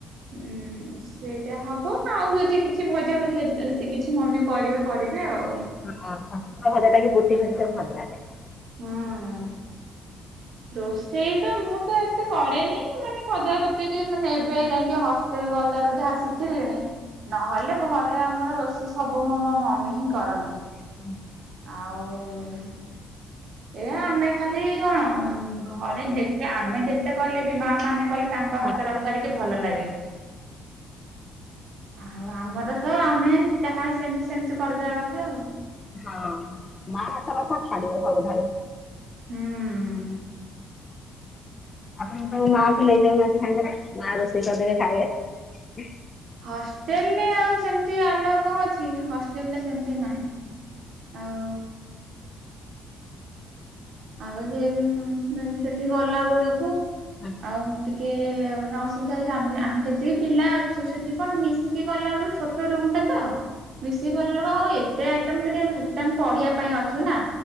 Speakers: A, on the right; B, on the left.
A: ଉଁ ସେଇଟା ହବ ଆଉ ଯଦି କିଛି ଭଜା ଭଜି ଯଦି ତାର କିଛି ମମି କରିବେ କରିବେ ଆଉ।
B: ଉଁ ହଁ ଛଚିନ୍ଦ୍ରା ଭଜାଟା ଗୋଟି ଭଜାଟା ଭଲ ଲାଗେ।
A: ହୁଁ। ରୋଷେଇ ତ ମୁଁ ତ ଏତେ କରେନି ମାନେ ଭଜା କ ମାନେ ଏବେ ଯାଇଁକି ହଷ୍ଟେଲ ଗଲାରୁ ଯାହା ଶିଖିଲିଣି। ନହେଲେ ଘରେ ଆମର ରୋଷେଇ ସବୁ ମ ମୋ ମମି ହିଁ କରନ୍ତି।
B: ହୁଁ।
A: ଆଉ। ଏଆ ଆମେ ଖାଲି କଣ ଘରେ ଦେ ସେ ଆମେ ଯେତେ କଲେ ବି ମା ମାନେ କଲେ ତାଙ୍କ ହାତ
B: ହଁ,
A: ରନ୍ଧା ଟିକେ ଭଲ ଲାଗେ। ଆଉ ଆମର ତ ଆମେ ଯାହା ସେମିତି ସେମିତି କରିଦବା କଥା ଆଉ।
B: ହଁ ମା ହାତ ରଥା ଛାଡିବ ସବୁଠାରୁ।
A: ହୁଁ।
B: ଆପଣଙ୍କ ରୁ ମାକୁ ନେଇ ଯାଉନାହାନ୍ତି ସାଙ୍ଗେରେ ମା ରୋଷେଇ କରିଦେବେ ଖାଇବେ।
A: ହଷ୍ଟେଲ ରେ ଆଉ ସେମିତି ଆଲାଉ କଣ ଅଛି ହଷ୍ଟେଲରେ ସେମିତି ନାହିଁ। ଆଉ ଆଉ ସେ ସେଠି ଗଲା ବେଳକୁ
B: ହା।
A: ଆଉ ଟିକେ ମାନେ ଅସୁବିଧା ହେଉଛି ଆମେ ଆମେ ଯେତିକି ପିଲା ଅଛୁ ସେଠି କଣ ମିଶିକି ଗଲାବେଳୁ ଛୋଟ ଛୋଟ ରୁମ୍ ଟା ତ? ମିଶିକି କଲୁ ହଁ ଆଉ ଏତେ ଆଇଟମ୍ ସେଠି ତମେ ପଢିବା ପାଇଁ ଅଛୁ ନା